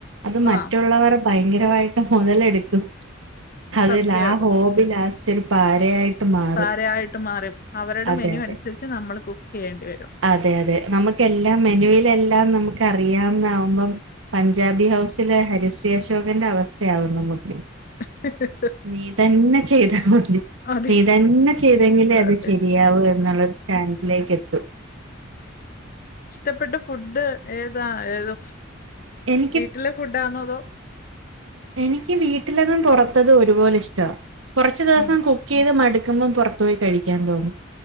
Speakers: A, on the right (about 70°); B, on the left (about 45°).
A: അത് മറ്റുള്ളവർ
B: ആ
A: ഭയങ്കരവായിട്ട് മുതലെടുക്കും അതിൽ
B: സത്യം
A: ആ ഹോബി ലാസ്റ്റ് ഒരു പാരയായിട്ട് മാറും
B: പാരയായിട്ട് മാറും അവരുടെ
A: അതെ
B: മെനു
A: അതെ
B: അനുസരിച്ച് നമ്മൾ കുക്ക് ചെയ്യേണ്ടി വരും.
A: അതെ അതെ നമുക്കെല്ലാം മെനുവിലെല്ലാം നമുക്ക് അറിയാന്നാകുമ്പം പഞ്ചാബി ഹൗസിലെ ഹരിശ്രീ അശോകന്റെ അവസ്ഥയാവും നമുക്ക്‌
B: <unintelligible>
A: നീ തന്നെ ചെയ്താ മതി
B: അതെ
A: നീ തന്നെ ചെയ്തെങ്കിലേ അത്
B: അതെ
A: ശരിയാവു എന്നുള്ളൊരു ചാൻസിലേക്ക് എത്തു
B: ഇഷ്ടപ്പെട്ട ഫുഡ് ഏതാ ഏത്
A: എനിക്ക്
B: വീട്ടിലെ ഫുഡാണോ അതോ
A: എനിക്ക് വീട്ടിലതും പൊറത്തതും ഒരുപോലെ ഇഷ്ടവാ കൊറച്ച ദിവസം
B: ഉം
A: കുക്ക് ചെയ്ത് മടുക്കുമ്പോം പുറത്ത് പോയി കഴിക്കാൻ തോന്നും